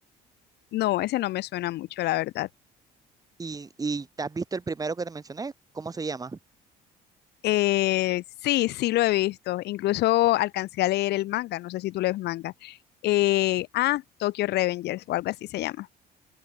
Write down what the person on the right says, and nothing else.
Y, y ¿te has visto el primero que te mencioné? ¿Cómo se llama?